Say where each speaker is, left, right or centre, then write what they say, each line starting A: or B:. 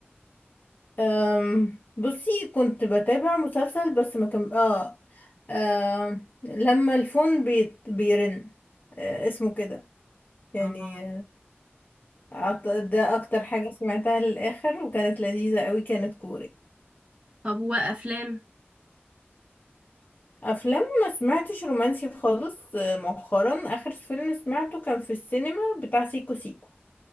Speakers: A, on the left; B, on the right.
A: أم، بصي كنت بتابع مسلسل بس ما كان اه آه، لما الفون بيت... بيرن آه، اسمه كده يعني
B: اه
A: أعت- ده اكتر حاجة سمعتها للاخر وكانت لذيذة قوي كانت كوري
B: طب وافلام
A: افلام ما سمعتش رومانسي خالص آه، مؤخرا اخر فيلم سمعته كان في السينما بتاع سيكو سيكو